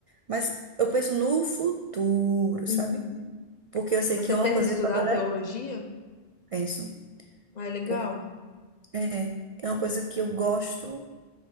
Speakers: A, on the right; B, on the left.
A: Mas eu penso no futuro,
B: uhum.
A: sabe? Porque eu sei
B: Você
A: que é uma
B: pensa
A: coisa
B: em estudar
A: que eu adoraria.
B: teologia?
A: Penso.
B: Ah, é legal.
A: Por... É, é uma coisa que eu gosto.